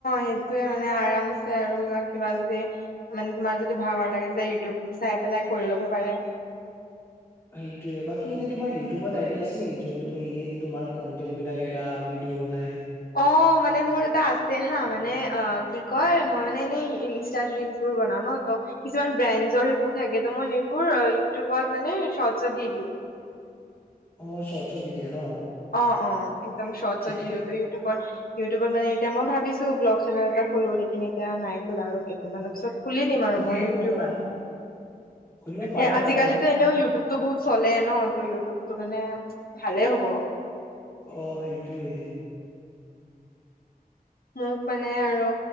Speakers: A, on the left (about 70°); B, on the left (about 15°).
A: সেইটোয়ে মানে আৰামছে আৰু কিবা যদি মানে তোমাৰ যদি ভাগৰ লাগে যে ইউটিউব চাই পেলাই কৰি ল'ব পাৰে
B: সেইটোয়ে বাকী এনে তোমাৰ ইউটিউবত আইডিয়া আছে নেকি য'ত তুমি এনেই তোমাৰ কন্টেন্ট বিলাক এৰা ভিডিঅ' বনাই
A: অ মানে মোৰ এটা আছে হা মানে অ কি কয় মই মানে এনেই ইনষ্ট্ৰাত ৰিল্চছ বোৰ বনাও ন ত কিছুমান ব্ৰেণ্ডচৰ সেইবোৰ থাকে ত মই সেইবোৰ ইউটিউবত মানে চৰ্ট'চ দি দিওঁ <inaudible>
B: অ চৰ্ট'চ অত দি দিয়া ন
A: অ অ একদম চৰ্ট'চ
B: ঠিকে
A: ত দি দিওঁ ইউটিউবত ইউটিউবত মানে এতিয়া মই ভাবিছো ব্লগ চেনেল এটা খুলো নেকি এতিয়া নাই খোল আৰু কেইদিনমানৰ পিছত খুলি দিম
B: খুলিব
A: আৰু মই ইউটিউবত
B: পাৰা খুলিব পাৰা
A: এ আজিকালিটো
B: বাৰু মানে
A: এনেও ইউটিউব তো বহুত চলে ন ত ইউটিউব টো মানে ভালে হ'ব
B: অ সেইটোৱে
A: মোক মানে আৰু